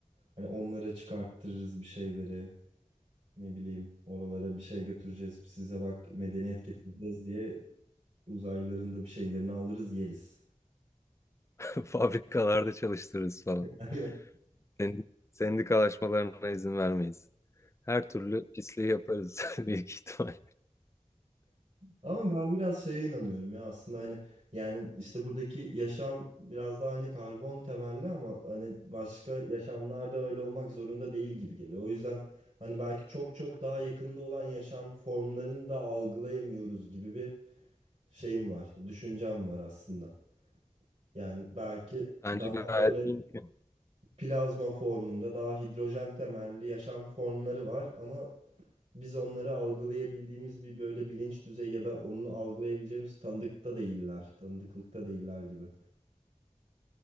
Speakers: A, on the right; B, on the left.
A: Hani onlara çıkarttırırız bir şeyleri. Ne bileyim oralara bir şey götüreceğiz. Size bak medeniyet getireceğiz diye uzaylıların da bir şeylerini alırız yeriz.
B: <laughs> Fabrikalarda çalıştırırız falan.
A: <laughs> Aynen.
B: Sendi- Sendikalaşmalarına izin vermeyiz. Her türlü pisliği yaparız <laughs> büyük ihtimal.
A: Ama ben biraz şeye inanıyorum ya aslında hani yani işte buradaki yaşam biraz daha hani karbon temelli ama hani başka yaşamlarda öyle olmak zorunda değil gibi geliyor. O yüzden hani belki çok çok daha yakında olan yaşam formlarını da algılayamıyoruz gibi bir şeyim var, düşüncem var aslında. Yani belki
B: Bence
A: daha
B: gayet
A: böyle
B: mümkün.
A: plazma formunda daha hidrojen temelli yaşam formları var ama biz onları algılayabildiğimiz bir böyle bilinç düzeyi ya da onu algılayabileceğimiz tanıdıkta değiller. Tanıdıklıkta değiller gibi.